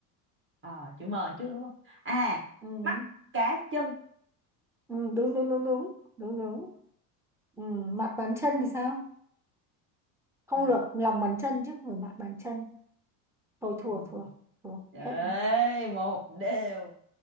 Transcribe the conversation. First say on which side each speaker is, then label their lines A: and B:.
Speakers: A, on the right; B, in the centre.
A: Ờ, chữ M trước đúng không à
B: ừ.
A: mắt cá chân
B: Ừ, đúng đúng đúng đúng đúng đúng ừ. mặt bàn chân thì sao không
A: mặt
B: được lòng bàn chân chứ không phải mặt bàn chân thôi thua
A: ừ.
B: thua thua
A: ê
B: hết rồi
A: một đều